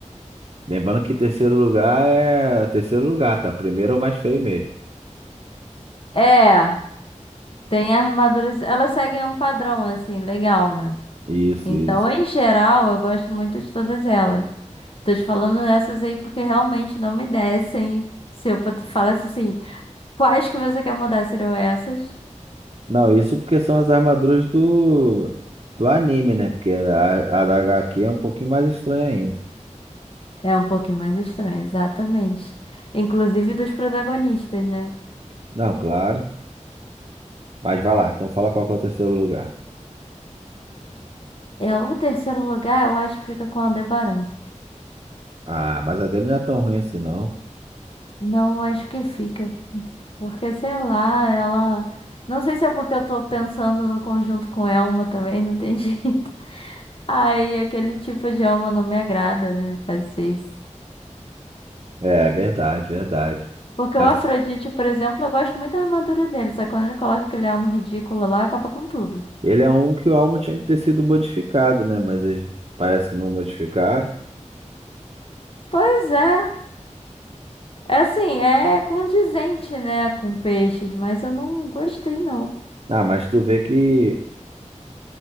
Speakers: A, on the right (about 45°); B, on the left (about 45°).
A: Lembrando que terceiro lugar é terceiro lugar, tá? Primeiro é o mais feio mesmo.
B: É, tem armaduras. Elas seguem um padrão, assim, legal, né?
A: Isso,
B: Então,
A: isso.
B: em geral, eu gosto muito de todas elas. Tô te falando dessas aí porque realmente não me descem. Se eu pud- falasse assim, Quais que você quer mudar serão essas?
A: Não, isso porque são as armaduras do, do anime, né? Porque a, a da HQ é um pouquinho mais estranha ainda.
B: É um pouquinho mais estranho, exatamente. Inclusive dos protagonistas, né?
A: Não, claro. Mas vai lá, então fala qual que é o terceiro lugar.
B: É, o terceiro lugar eu acho que fica com Aldebaran.
A: Ah, mas a dele não é tão ruim assim, não.
B: Não eu acho que fica, porque sei lá, ela. Não sei se é porque eu tô pensando no conjunto com Elma também, não tem <laughs> jeito. Aí aquele tipo de Elma não me agrada, né? Fazer isso.
A: É, é verdade, verdade.
B: Porque
A: Mas
B: o Afrodite, por exemplo, eu gosto muito da armadura dele, só que quando ele coloca aquele elmo ridículo lá, acaba com tudo.
A: ele é um que o Almo tinha que ter sido modificado, né? Mas eles parece que não modificaram.
B: Pois é, É assim, é condizente, né, com peixes, mas eu não gostei, não.
A: Ah, mas tu vê que